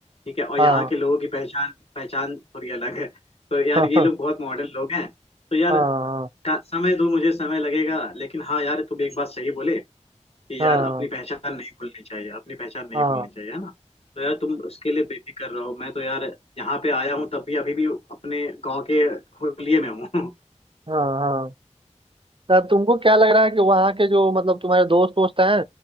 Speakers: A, on the left; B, on the right.
A: ठीक है और
B: हाँ
A: यहाँ के लोगों की पहचान पहचान थोड़ी अलग है तो यार
B: हाँ
A: ये लोग बहुत मॉडर्न लोग हैं तो यार
B: हाँ हाँ
A: टा- समय दो मुझे समय लगेगा लेकिन हाँ यार तुम एक बात सही बोले कि
B: हाँ
A: यार
B: हाँ
A: अपनी पहचान नहीं भूलनी चाहिए अपनी पहचान नहीं
B: हाँ
A: भूलनी चाहिए है ना तो यार तुम उसके लिए बेफिक्र रहो मैं तो यार यहाँ पे आया हूँ तब भी अभी भी अपने गांव के हुलिये में हूँ <laughs>
B: हाँ हाँ तब तुमको क्या लग रहा है कि वहाँ के जो मतलब तुम्हारे दोस्त वोस्त हैं